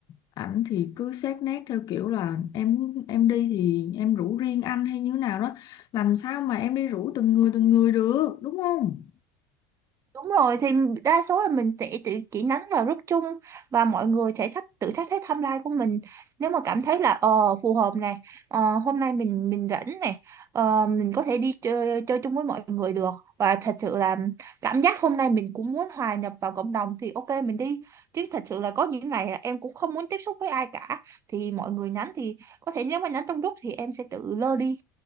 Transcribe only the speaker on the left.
ảnh thì cứ xét nét theo kiểu là em em đi thì em rủ riêng anh hay như nào đó làm sao mà em đi rủ từng người từng người được đúng không